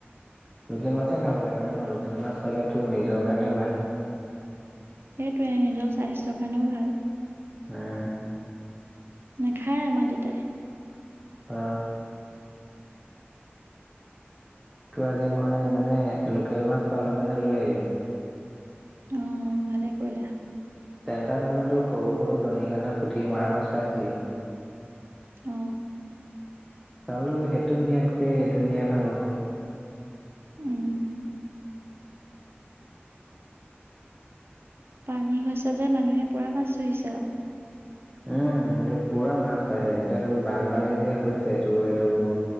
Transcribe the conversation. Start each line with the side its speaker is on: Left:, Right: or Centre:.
Centre: লোকেল মাছে খাব লাগে ন লোকেল মাছ খালে তোৰ নিজৰ কাৰণে ভাল।
Right: সেইটোৱে নিজৰ স্বাস্থ্যৰ কাৰণেও ভাল।
Centre: উম।
Right: নেখায় আমাৰ দেউতাই।
Centre: অ। তোৰ আজি মই মানে লোকেল মাছ পালো কাৰণে লৈ আহিলোঁ।
Right: অ ভালে কৰিলা।
Centre: চেণ্টাত মানে তোৰ সৰু সৰু দৰিকণা, পুঠি, মৰা মাছ পাইছিলোঁ।
Right: অ।
Centre: চালোঁ সেইটো নিয়াতকৈ এইটো নিয়াই ভাল হ'ব।
Right: উম। পানী হৈছে যে মানুহে পুৰা মাছ ধৰিছে আউ।
Centre: উম এইটো পুৰা মাছ পাই এতিয়াতো বানপানী যে হৈছে এইটো এইটো।